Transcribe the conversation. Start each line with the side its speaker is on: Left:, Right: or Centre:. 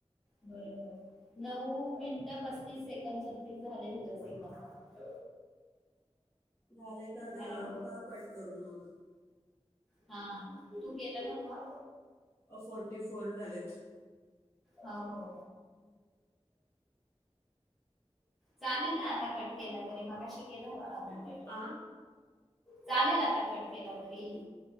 Centre: बरोबर, नऊ मिनिट पस्तीस सेकंद सबमिट झाले, हो सेकंद.
Left: झाले का दहा
Centre: हॅलो
Left: का कट करू मग
Centre: हा तू गेला ना काॉल
Left: असं फोर्टी फोर झालेत.
Centre: हो हो चालेल ना आता कट केला तरी मगशि केला होता. कट
Left: आ
Centre: चालेल आता कट केला तरी.